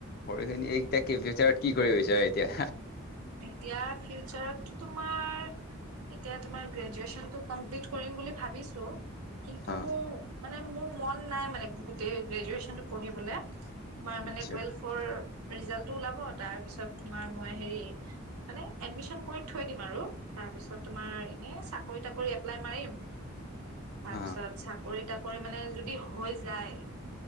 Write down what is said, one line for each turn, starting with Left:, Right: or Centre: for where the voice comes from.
Left: পঢ়ি ঝ এই বিচাৰত কি কৰিব বিচাৰে? এতিয়া
Right: এতিয়া ফিউচাৰত তোমাৰ এতিয়া তোমাৰ গ্ৰেজুৱেচন টো কমপ্লিট কৰিম বুলি ভাবিছো। কিন্তু
Left: অ
Right: মানে মোৰ মন নাই মানে গোটেই গ্ৰেজুৱেচনটো পঢ়িবলৈ। মই মানে
Left: আচ্ছা
Right: টুৱেলভৰ ৰিজাল্টটো ওলাব তাৰ পিছত তোমাৰ মই হেৰি মানে এডমিচন কৰি থৈ দিম আৰু তাৰপিছত তোমাৰ এনে চাকৰি তাকৰি এপ্লাই মাৰিম। তাৰপিছত
Left: অ
Right: চাকৰি তাক পৰি মানে যদি হৈ যায়